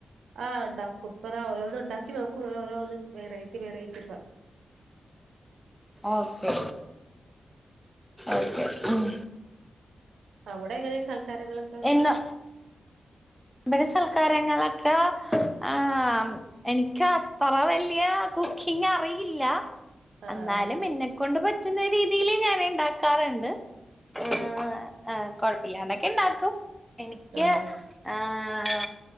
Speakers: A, on the right; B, in the centre.
A: ആഹ് ഉണ്ടാക്കും ഇപ്പതാ ഓരോന്നും ഉണ്ടാക്കി നോക്കും ഇങ്ങനൊരോന്ന് വെറൈറ്റി വെറൈറ്റിപ്പം
B: ഓക്കെ ഓക്കെ ഉം
A: അവിടെ എങ്ങനെ സൽക്കാരങ്ങളൊ
B: എന്ന് ഇബടെ സൽക്കാരങ്ങളൊക്കെ ആഹ് എനിക്കത്ര വല്യ കുക്കിങ് അറിയില്ല
A: ആഹ്
B: എന്നാലും എന്നെക്കൊണ്ട് പറ്റ്ന്ന രീതീല് ഞാന് ഇണ്ടാക്കാറ്ണ്ട് ഏഹ് ആഹ് കൊഴപ്പിലാണ്ടൊക്കെ ഇണ്ടാക്കും എനിക്ക്
A: ആഹ് ആഹ്
B: ആഹ്